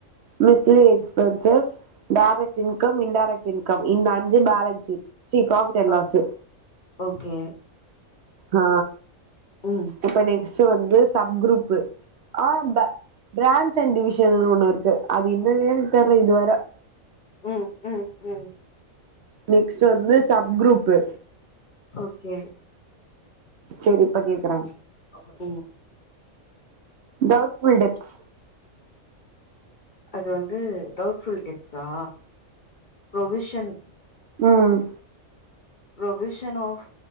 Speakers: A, on the right (about 65°); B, on the left (about 45°).
A: mixed expenses direct income indirect income இந்த அஞ்சு பேலன்ஸ் ஷீட் ச்சி கிராபிட்டல்லாஸு
B: ஓ ஓகே
A: ஆ
B: ம்
A: அப்ப நெக்ஸ்ட்டு வந்து sub group of branch and டிவிஷன்னு ஒன்னு இருக்கு அது இன்னன்னே எனக்கு தெர்ல இதுவர
B: ம் ம் ம்
A: நெக்ஸ்ட்டு வந்து சப் குரூப்பு
B: ஓகே
A: சேரி இப்ப கேக்குற
B: ம்
A: டவுட்ஃபுல் டெப்ஸ்
B: அது வந்து டவுட்ஃபுல் டெப்ஸா ப்ரொவிஷன்
A: ம்
B: ப்ரொவிஷன் ஆஃப்